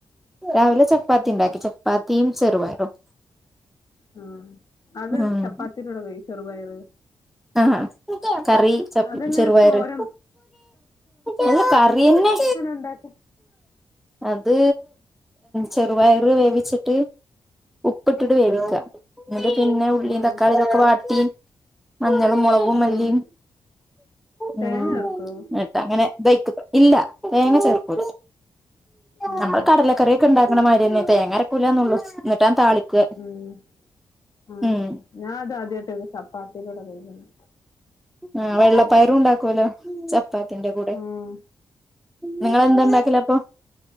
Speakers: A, in the centre; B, on the left (about 50°).
A: രാവിലെ ചപ്പാത്തി ണ്ടാക്കി ചപ്പാത്തീം ചെറുപയറും
B: ആ അത്
A: ഉം
B: ചപ്പാത്തിടെ കൂടെ കയ് ചെറുപയറ്
A: ആഹ് കറി ചപ്
B: അതെങ്ങനെ
A: ചെറുപയറ്
B: തോരൻ
A: അല്ല കറിയെന്നെ
B: ണ്ടാക്കും
A: അത് ചെറുപയറ് വേവിച്ചിട്ട് ഉപ്പ്ട്ട്ട്ട് വേവിക്ക
B: ആഹ്
A: ന്ന്ട്ട് പിന്നെ ഉള്ളീം
B: ആഹ്
A: തക്കാളീം ഇതൊക്കെ വാട്ടി മഞ്ഞളും മൊളകും മല്ലിം
B: ആഹ്
A: ഉം
B: തേങ്ങ ചേർക്കോ
A: ന്ന്ട്ടങ്ങനെ ഇതയ്ക്ക്ട ഇല്ല തേങ്ങ ചേർക്കൂല
B: ആഹ്
A: ഞമ്മള് കടലക്കറി ക്കെ ണ്ടാക്കണമാതിരിന്നെ തേങ്ങരക്കൂല്ലാന്നൊള്ളു ന്ന്ട്ടത് താളിക്ക
B: ഉം ആഹ്
A: ഉം
B: ഞാൻ ത് ആദ്യായിട്ട ഇത് ചപ്പാത്തിയുടെ കൂടെ കഴിക്കുന്നെ
A: ആഹ് വെള്ളപ്പയറും ണ്ടാക്കോലോ ചപ്പാത്തിന്റെ കൂടെ
B: ആഹ്
A: നിങ്ങളെന്താണ്ട ണ്ടാക്കലപ്പൊ